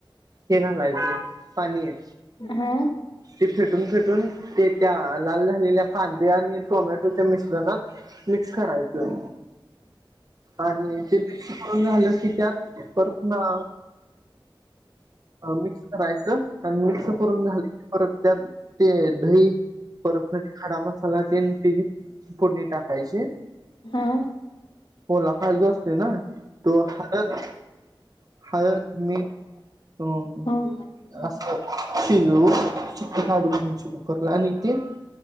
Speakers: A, on the right; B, on the left.
A: हे घालायचं पाणीये.
B: हा.
A: ते फेटून फेटून ते त्या लाल झालेल्या कांदे आणि टोमॅटोच्या मिश्रणात मिक्स करायचं. आणि ति शिजून झालं की त्यात परत ना मिक्स करायचं मिक्स करून घाल. परत त्यात ते दही परत खडा मसाला ते ति फोडणी टाकायची.
B: हा.
A: ओला काजू असते ना तो हळद हळद मीठ अअ
B: ह <unintelligible>
A: अस शिजवून शिट्टी काढून घ्यायची कुकरला आणि ते